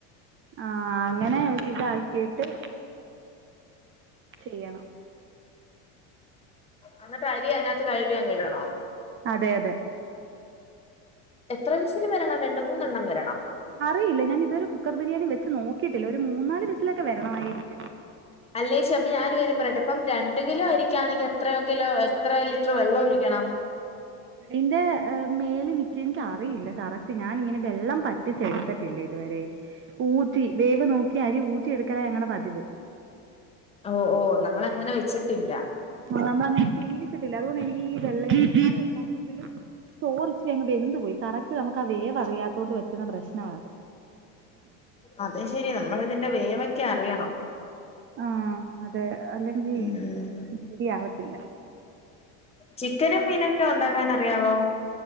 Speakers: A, on the right; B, on the left.
A: ആ അങ്ങനെ ഒരിതാക്കീട്ട് ചെയ്യണം
B: അന്നിട്ട് അരി അയിനാത്ത് കഴുകിയങ്ങ്ടണോ?
A: അതെ അതെ
B: എത്ര വിസില് വരണം രണ്ട് മൂന്നെണ്ണം വരണം
A: അറിയില്ല ഞാനിത് വരെ കുക്കർ ബിരിയാണി വെച്ച് നോക്കീട്ടില്ല ഒര് മൂന്നാല് വിസിലൊക്കെ വരണയിരിക്കും
B: അല്ലേച്ചി അപ്പൊ ഞാനൊരു കാര്യം പറയട്ടെ ഇപ്പം രണ്ട് കിലോ ആയിരിക്കാണെങ്കി എത്ര കിലോ എത്ര ലിറ്റർ വെള്ളം ഒഴിക്കണം?
A: തിന്റെ മേളി നിക്കും ഇൻക്കറിയില്ല കറക്റ്റ് ഞാനിങ്ങനെ വെള്ളം പറ്റിച്ചെട്ത്തിട്ടില്ല ഇത് വരെ ഊറ്റി വേവ് നോക്കി അരി ഊറ്റി എട്ക്കലാ ഞങ്ങടെ പതിവ്.
B: ഓഹ് ഓഹ് നമ്മളങ്ങനെ വെച്ചിട്ടില്ല
A: ആഹ് നമ്മളങ്ങനെ ശീലിച്ച്ട്ടില്ല അതുകൊണ്ടെനിക്കീ വെള്ളരിക്കക്കറിയുണ്ടാ പ്പഴും ചോറിച്ചിരിയങ്ങ് വെന്ത് പോയി കറക്റ്റ് നമുക്കത് വേവറിയാത്തോണ്ട് പറ്റ്ന്ന പ്രശ്നാ അത്
B: അത് ശരിയാ നമ്മളിതിന്റെ വേവൊക്കെ അറിയണം.
A: ആഹ് അതെ അല്ലെങ്കി
B: ഉം
A: ശരിയാവത്തില്ല
B: ചിക്കനും മീനൊക്കെ ഉണ്ടാക്കാനറിയാവോ?